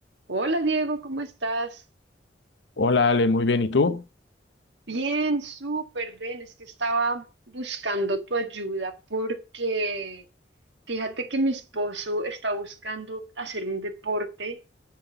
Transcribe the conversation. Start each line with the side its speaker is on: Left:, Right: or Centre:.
Right: Hola Diego, ¿cómo estás?
Left: Hola Ale, muy bien. ¿Y tú?
Right: Bien, súper bien. Es que estaba buscando tu ayuda porque fíjate que mi esposo está buscando hacer un deporte